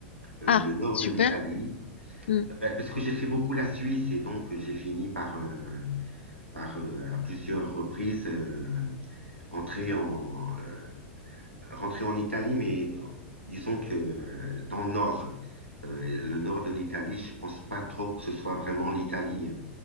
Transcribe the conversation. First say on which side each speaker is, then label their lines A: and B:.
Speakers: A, on the right; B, on the left.
A: euh,
B: Ah,
A: le nord
B: super.
A: de l'Italie.
B: Mm,
A: Ben, Parce que j'ai fait beaucoup la Suisse et donc euh, j'ai fini par, euh, par euh, à plusieurs reprises euh, entrer en, euh, rentrer en Italie, mais euh, disons que euh, dans le nord, Euh, le nord de l'Italie, je pense pas trop que ce soit vraiment l'Italie.